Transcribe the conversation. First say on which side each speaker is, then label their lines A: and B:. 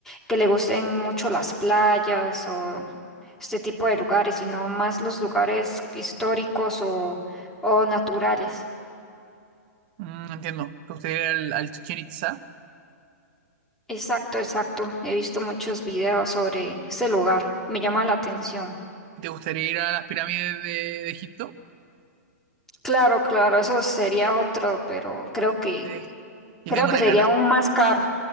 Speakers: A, in the centre; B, on the right.
A: que le gusten mucho las playas o este tipo de lugares, sino más los lugares históricos o, o naturales.
B: Mm, entiendo. ¿Te gustaría ir al, al Chichén Itzá?
A: Exacto, exacto. He visto muchos videos sobre ese lugar. Me llama la
B: Mm.
A: atención.
B: ¿Te gustaría ir a las pirámides de, de Egipto?
A: Claro, claro, eso sería otro, pero creo que
B: Eh, yo
A: creo
B: tengo
A: que
B: una
A: sería
B: ganas.
A: aún más caro.